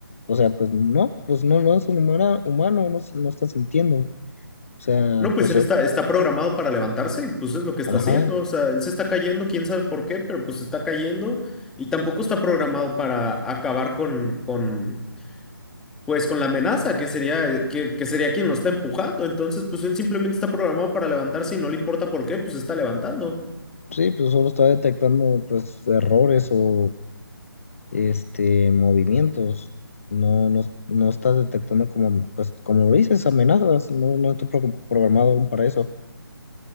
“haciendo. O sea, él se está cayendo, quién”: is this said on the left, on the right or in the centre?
Centre